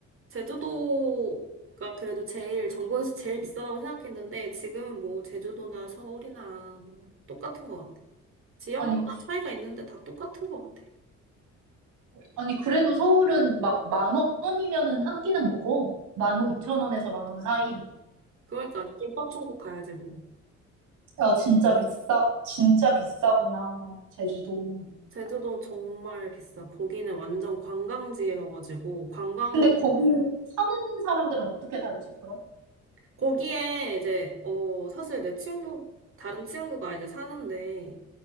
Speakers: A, on the right (about 45°); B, on the right (about 85°).
A: 제주도가 그래도 제일 전국에서 제일 비싸다고 생각했는데 지금은 뭐 제주도나 서울이나 뭐 똑같은 것 같아. 지역마다
B: 아니, 수-
A: 차이가 있는데 다 똑같은 것 같아.
B: 아니, 그래도 서울은 막 만 원이면은 한 끼는 먹어. 만 오천 원에서 만원 사이.
A: 그러니까 김밥 천국 가야지 뭐.
B: 야, 진짜 비싸, 진짜 비싸구나, 제주도.
A: 제주도 정말 비싸. 거기는 완전 관광지여가지고 관광업
B: 근데 거기 사는 사람들은 어떻게 살지, 그럼?
A: 거기에 이제 어 사실 내 친구 다른 친구가 이제 사는데.